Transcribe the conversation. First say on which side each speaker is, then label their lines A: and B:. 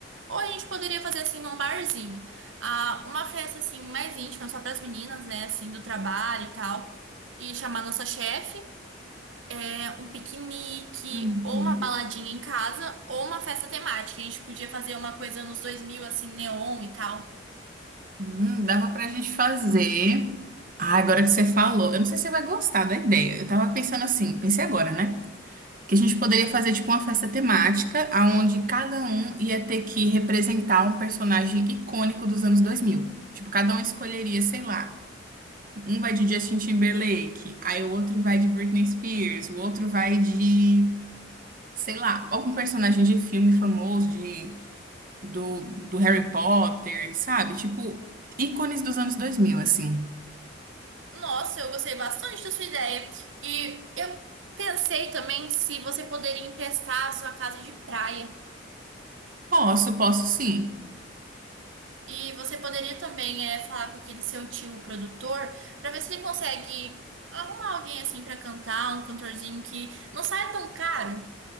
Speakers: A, on the right (about 75°); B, on the right (about 45°).
A: ou a gente poderia fazer assim num barzinho. Ah, uma festa assim mais íntima, só para as meninas, né, assim, do trabalho e tal, e chamar nossa chefe. É, um piquenique,
B: Uhum.
A: ou uma baladinha em casa, ou uma festa temática. A gente podia fazer uma coisa nos 2000 assim, neon e tal.
B: Hum, dava pra gente fazer. Ah, agora que você falou, eu não sei se você vai gostar da ideia. Eu tava pensando assim, pensei agora, né? Que a gente poderia fazer tipo uma festa temática, aonde cada um ia ter que representar um personagem icônico dos anos dois mil Tipo, cada um escolheria, sei lá. Um vai de Justin Timberlake, aí o outro vai de Britney Spears, o outro vai de, sei lá, algum personagem de filme famoso, de, do, do Harry Potter, sabe? Tipo, ícones dos anos 2000 assim.
A: Nossa, eu gostei bastante da sua ideia. E eu pensei também se você poderia emprestar a sua casa de praia.
B: Posso, posso sim.
A: E você poderia também é, falar com aquele seu tio produtor para ver se ele consegue arrumar alguém assim para cantar, um cantorzinho que não saia tão caro.